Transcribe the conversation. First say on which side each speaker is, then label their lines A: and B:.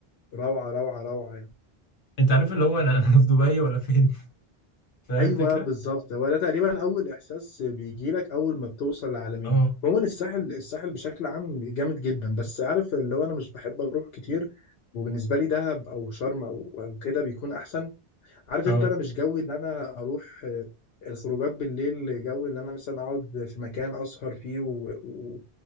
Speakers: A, on the left (about 75°); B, on the left (about 55°).
A: روعه روعه روعه
B: انت عارف اللي هو انا انا في دبي ولا فين <laughs> فاهم
A: ايوه
B: الفكره
A: بالظبط هو ده تقريبا اول احساس بيجي لك اول ما بتوصل العلمين
B: اه
A: عموما الساحل الساحل بشكل عام جامد جدا بس عارف اللي هو انا مش بحب اروح كتير وبالنسبه لي دهب او شرم او او كده بيكون احسن عارف
B: اه
A: انت انا مش جوي ان انا اروح آه، الخروجات بالليل جو ان انا مثلا اقعد في مكان اسهر فيه و-